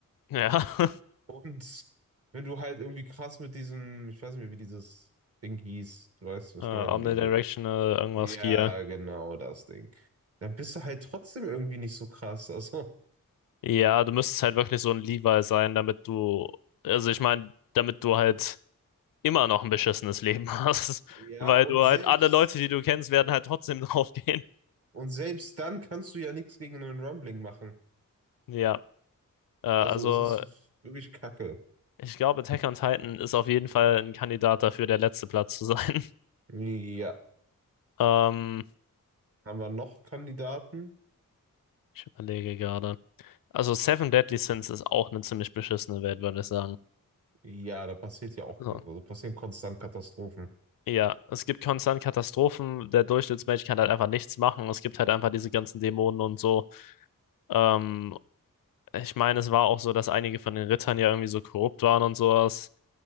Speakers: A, on the left (about 80°); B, on the right (about 45°).
A: ja. <laughs>
B: Und wenn du halt irgendwie krass mit diesem, ich weiß nicht mehr, wie dieses Ding hieß, du weißt, was
A: Äh,
B: ich
A: Omnidirectional,
B: meine, diese,
A: irgendwas
B: ja,
A: hier.
B: genau das Ding. Dann bist du halt trotzdem irgendwie nicht so krass. Also,
A: Ja, du müsstest halt wirklich so ein Levi sein, damit du, also ich meine, damit du halt immer noch ein beschissenes Leben <laughs> hast,
B: ja,
A: weil
B: und
A: du
B: selbst,
A: halt alle Leute, die du kennst, werden halt trotzdem <laughs> draufgehen.
B: und selbst dann kannst du ja nichts gegen einen Rumbling machen.
A: Ja, äh, also
B: Also, es ist wirklich Kacke.
A: ich glaube, Attack on Titan ist auf jeden Fall ein Kandidat dafür, der letzte Platz zu sein. <laughs>
B: Ja.
A: Ähm,
B: Haben wir noch Kandidaten?
A: ich überlege gerade. Also Seven Deadly Sins ist auch eine ziemlich beschissene Welt, würde ich sagen.
B: Ja, da passiert ja auch,
A: So.
B: also passieren konstant Katastrophen.
A: Ja, es gibt konstant Katastrophen. Der Durchschnittsmensch kann halt einfach nichts machen. Es gibt halt einfach diese ganzen Dämonen und so. Ähm, ich meine, es war auch so, dass einige von den Rittern ja irgendwie so korrupt waren und sowas.